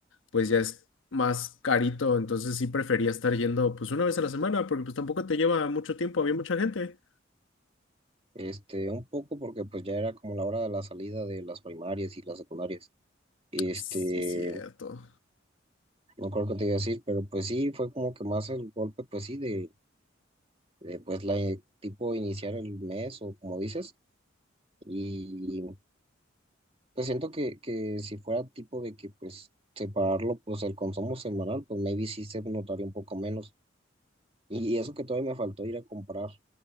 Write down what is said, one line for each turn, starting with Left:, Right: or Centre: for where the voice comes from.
Left: pues ya es más carito, entonces sí prefería estar yendo pues una vez a la semana porque pues tampoco te lleva mucho tiempo, había mucha gente.
Right: Este, un poco porque pues ya era como la hora de la salida de las primarias y las secundarias. Este,
Left: Sí, cierto.
Right: no creo que te iba a decir, pero pues sí, fue como que más el golpe, pues sí, de, de pues la eh, tipo iniciar el mes o como dices. Y pues siento que, que si fuera tipo de que pues separarlo, pues el consumo semanal, pues maybe sí se notaría un poco menos. Y eso que todavía me faltó ir a comprar,